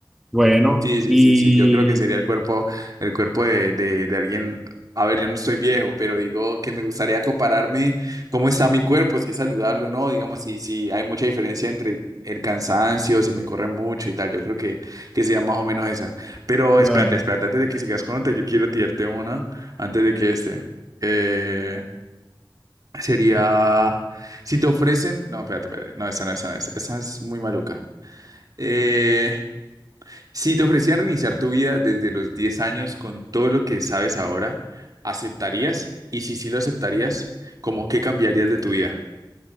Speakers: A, in the centre; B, on the right (about 50°).
A: Bueno,
B: Sí, sí,
A: y
B: sí, sí, yo creo que sería el cuerpo, el cuerpo de, de, de alguien, a ver, yo no estoy viejo, pero digo que me gustaría compararme cómo está mi cuerpo, si es saludable o no, digamos, si, si hay mucha diferencia entre el cansancio, si me corre mucho y tal, yo creo que, que sería más o menos esa. Pero
A: claro.
B: espérate, espérate, antes de que sigas con otra, yo quiero tirarte una, antes de que este. eh, Sería, si te ofrecen, no, espérate, espérate, no, esa no, esa no, esa, esa es muy maluca. Eh, si te ofrecieran reiniciar tu vida desde los 10 años con todo lo que sabes ahora, ¿aceptarías? Y si sí lo aceptarías, ¿cómo qué cambiarías de tu vida?